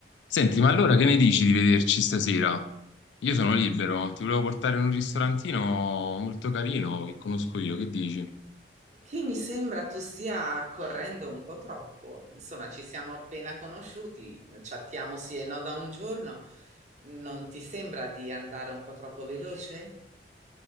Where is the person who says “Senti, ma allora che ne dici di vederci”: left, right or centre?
Left